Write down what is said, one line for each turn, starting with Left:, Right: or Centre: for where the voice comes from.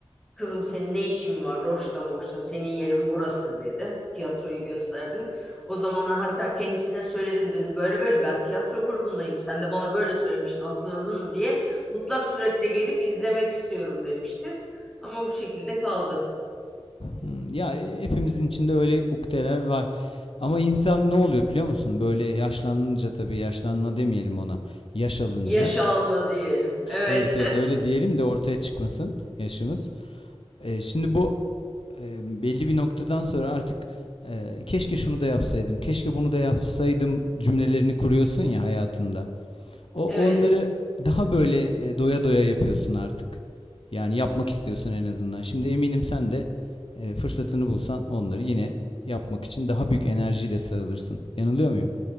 Centre: kızım senin ne işin var Roş'ta Moş'ta senin yerin burası dedi. Tiyatroyu gösterdi. O zamandan hatta kendisine söyledim dedim böyle böyle ben tiyatro grubundayım. Sen de bana böyle söylemiştin hatırladın mı diye. Mutlak suretle gelip izlemek istiyorum demişti. Ama bu şekilde kaldı.
Left: Hmm, Ya e, hepimizin içinde öyle ukdeler var. Ama insan ne oluyor biliyor musun? Böyle yaşlanınca tabii yaşlanma demeyelim ona. Yaş alınca.
Centre: Yaş alma diyelim. Evet.
Left: Evet evet öyle diyelim de ortaya çıkmasın yaşımız. E, şimdi bu e, belli bir noktadan sonra artık e, keşke şunu da yapsaydım, keşke bunu da yapsaydım cümlelerini kuruyorsun ya hayatında. O
Centre: <laughs> Evet.
Left: onları daha böyle e, doya doya yapıyorsun artık. Yani yapmak istiyorsun en azından. Şimdi eminim sen de e, fırsatını bulsan onları yine yapmak için daha büyük enerjiyle sarılırsın. Yanılıyor muyum?